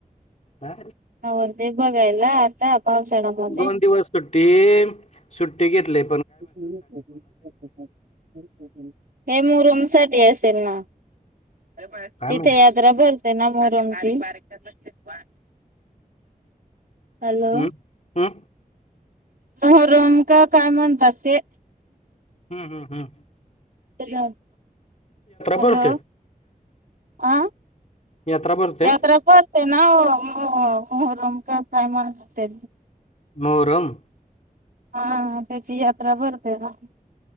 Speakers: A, on the left; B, on the right.
A: हा
B: नवरदेव बघायला? आता पावसाळ्यामध्ये
A: दोन दिवस सुट्टी, सुट्टी घेतलीय.
B: <unintelligible> हे मोहरम साठी अस ना <unintelligible>
A: काय
B: तिथे
A: माहित
B: यात्रा भरते. त्यांना मोहरमची <unintelligible> हॅलो
A: हम्म हम्म
B: मोहरम का काय म्हणतात ते.
A: हम् हम्.
B: <unintelligible> हॅलो,
A: भरते
B: आ
A: यात्रा भरते
B: यात्रा पन ते ना, मो मोहरम का काय म्हणतात ते.
A: मोहरम.
B: हा - हा त्याची यात्रा भरते ना.